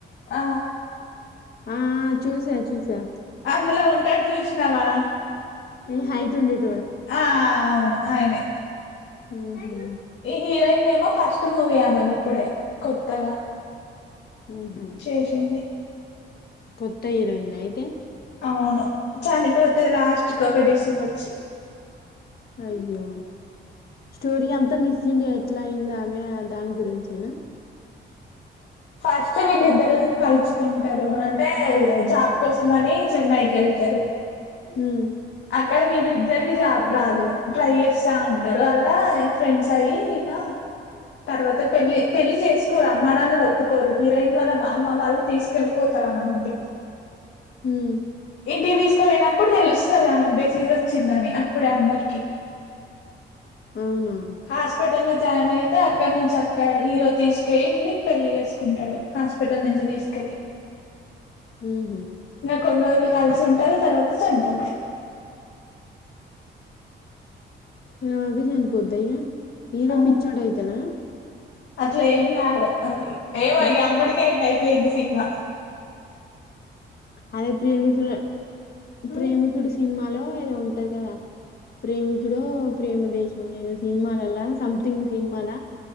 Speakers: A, on the left (about 75°); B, on the left (about 55°).
A: ఆ
B: ఆ ఆ చూసా చూసా
A: అందులో ఉంటాడు చూసినావా
B: ఈ హైట్ ఉండేడి
A: ఆ ఆ అవును ఆయనే
B: మ్మ్ హ్హ్
A: ఈ హీరోయిన్ ఏమో ఫస్ట్ మూవీ ఆమెది ఇప్పుడే కొత్తగా
B: ఊహు
A: చేసింది
B: కొత్త హీరోయినా అయితే
A: అవును చనిపోతది లాస్ట్ కి ఒక డిసీజ్ వచ్చి
B: అయ్యో స్టోరీ అంతా మిస్ ఇగ ఎట్లా ఐందమే ఆ దాని గురించేనా
A: ఫస్ట్ వీళ్ళిద్దరు కలుసుకుంటారు అంటే జాబ్ కోసం అని చెన్నైకి వెళ్తారు
B: ఉమ్
A: అక్కడ వీళ్ళిద్దరికి జాబ్ రాదు ట్రై చేస్తా ఉంటారు అండ్ల ఫ్రెండ్స్ అయ్యి ఇక తర్వాత పెళ్ళి పెళ్లి చేసుకుంటారు అమ్మ నాన్న ఒప్పుకోరు హీరోయిన్ వాళ్ళ అమ్మ వాళ్ళు తీసుకెల్లిపోతారు ఆమెను ఇంటికి
B: హ్హ్
A: ఇంటికి తీసుకుపోయినప్పుడు తెలుస్తది ఆమెకు డిసీస్ వచ్చిందని అప్పుడే అందరికి
B: అవునా
A: హాస్పిటల్ లో స్కాన్ అయితే అక్కడ నుంచి అక్కడ హీరో తీసుకెళ్ళ్ళి పెళ్లి చేేసుకుంటాడు హాస్పిటల్ నుంచి తీసుకెల్లీ
B: మ్మ్ హ్హ్
A: కొన్ని రోజులు కలిసి ఉంటారు తర్వాత చనిపోతది
B: రాద చనిపోద్దా హీరో
A: అవును
B: పిచ్చోడు అయితడా
A: అట్లా ఏం కాదు ఏమో
B: మంచిగా
A: ఇగ అప్పటికే అట్లా అయిపోయింది టీమ్ వర్క్
B: అదే ప్రేమికుడే
A: ఉమ్,
B: ప్రేమికుడు సినిమాలో ఏదో ఉంటది కదా ప్రేమికూడా ప్రేమ దేశం ఏదో సినిమాలలా సమతింగ్ సినిమాల